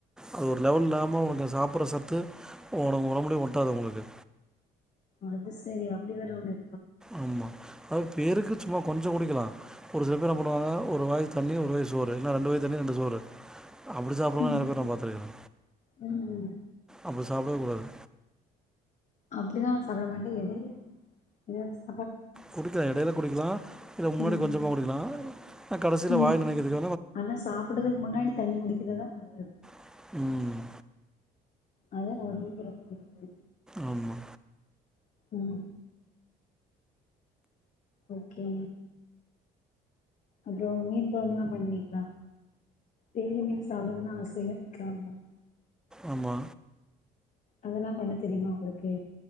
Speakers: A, in the centre; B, on the left (about 45°).
A: அது ஒரு லெவல்லாம்ம உனக்கு சாப்புர்ற சத்து ஒனக் ஒடம்புலயே ஒட்டாது உங்களுக்கு
B: அதுசரி அப்டி வேற ஒன்னு
A: ஆமா பேருக்குச் சும்மாக் கொஞ்சோ குடிக்கிலா ஒரு சில பேரின்னா பண்ணுவாங்க ஒரு வாய்த் தண்ணி ஒரு வாய் சோறு இன்னா ரெண்டு வாய்த் தண்ணி ரெண்டு சோறு அப்டி சாப்புரவ
B: ம்
A: நெறய பேர நா பாத்திருக்கே
B: ம் ம்
A: அப்டிஸ் சாப்டவே கூடாது
B: அப்டிலா நா சாப்ட மாட்ட எடைல <unintelligible>
A: குடிக்கலா இடைலக் குடிக்கலா இல்ல முன்னாடிக்
B: ம்
A: கொஞ்சமாக் குடிக்கலா கடசில
B: ம்
A: வாய் நனைக்கத்துக்
B: ஆனா சாப்புடதுக்கு முன்னாடித் தண்ணிக் குடிக்கிர்ரதா நல்லது
A: ம்
B: அதான் ஒடம்புக்கு ரொம்ப நல்லது
A: ஆமா
B: ம் ஓகே அப்புறம் மீன் குழம்பம் எல்லா பண்ணுவீங்களா தெய்லி மீன் சாப்டன்னு ஆசை ஆமா
A: ஆமா
B: அதெல்லா பண்ண தெரியுமா உங்களுக்கு